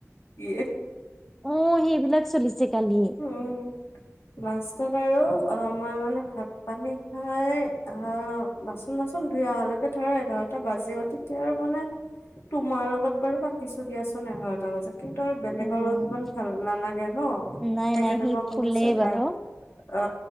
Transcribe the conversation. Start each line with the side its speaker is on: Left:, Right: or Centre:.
Left: ইয়ে
Centre: অ সেইবিলাক চলিছে কালি
Left: উম লাষ্টত আৰু অ মই মানে ভাত পানী খাই অ বাচন তাচন ধুই অহালৈকে ধৰা এঘাৰটা টা বাজি গ'ল তেতিয়া আৰু মানে তোমাৰ লগত বাৰু পাতিছো দিয়াচোন এঘাৰটা বজাত কিন্তু আৰু বেলেগৰ
Centre: উম
Left: লগত ইমান ভাল নালাগে ন
Centre: নাই
Left: সেইকাৰণে
Centre: নাই সি
Left: মই কলো
Centre: শুলেই
Left: যে
Centre: বাৰু
Left: নাই অ